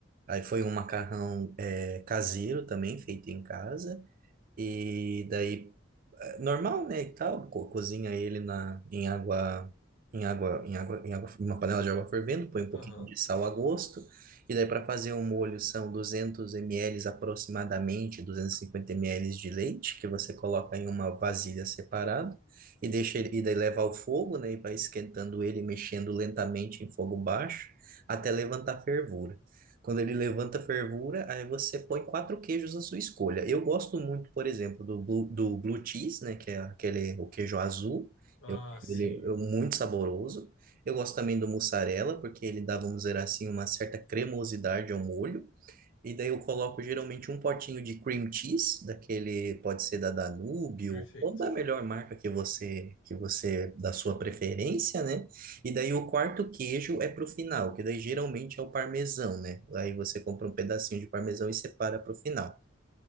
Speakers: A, on the right (about 45°); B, on the left (about 75°).
A: Aí foi um macarrão, é, caseiro também, feito em casa. E daí é, normal, né, e tal, co- cozinha ele na, em água, em água, em água, em água, em uma panela de água fervendo, põe um pouquinho
B: aham.
A: de sal a gosto, e daí para fazer um molho são 200 ml aproximadamente, 250 ml de leite, que você coloca em uma vasilha separada, e deixa ele, e daí leva ao fogo, né, e vai esquentando ele, mexendo lentamente em fogo baixo, até levantar fervura. Quando ele levanta a fervura, aí você põe quatro queijos à sua escolha. Eu gosto muito, por exemplo, do blue, do blue cheese, né? Que é aquele, o queijo azul.
B: Ah,
A: Eu,
B: sim.
A: ele é muito saboroso. Eu gosto também do mussarela, porque ele dá, vamos dizer assim, uma certa cremosidade ao molho. E daí eu coloco geralmente um potinho de cream cheese, daquele pode ser da Danúbio,
B: Perfeito.
A: ou da melhor marca que você que você da sua preferência, né? E daí o quarto queijo é pro final, que daí geralmente é o parmesão, né? Aí você compra um pedacinho de parmesão e separa pro final.